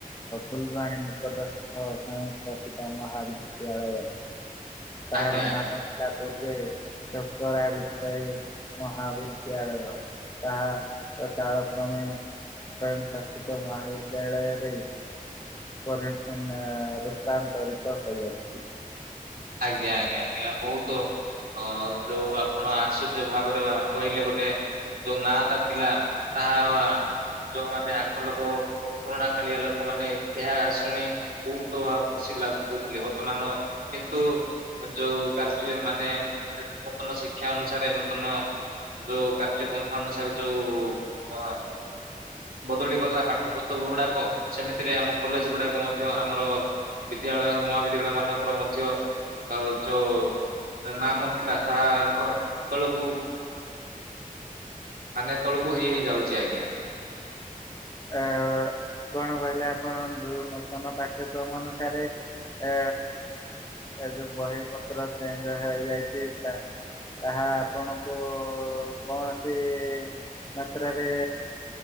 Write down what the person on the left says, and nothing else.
ଫୁଲବାଣୀ ନିକଟସ୍ଥ ସଵୟଂଶାସିତ ମହାବିଦ୍ୟାଳୟ ତାର
ନାମ ଥିଲା ପୂର୍ବେ ଚକରା ବିଷୟ ମହାବିଦ୍ୟାଳୟ ତାହା କାଳକ୍ରମେ ଶାସିତ ମହାବିଦ୍ୟାଳୟରେ ପରେ ରୂପାନ୍ତରିତ ହୋଇଅଛି
ଅ କଣ କହିଲା ଆପଣ ନୂତନ ପାଠ୍ୟକ୍ରମ ଅନୁସାରେ ଏ ଏ ଯୋଉ ବହି ପତ୍ର ଚେଞ୍ଜ ହେଇଯାଇଛି ତା ତାହା ଆପଣଙ୍କ କଣସି ମାତ୍ରାରେ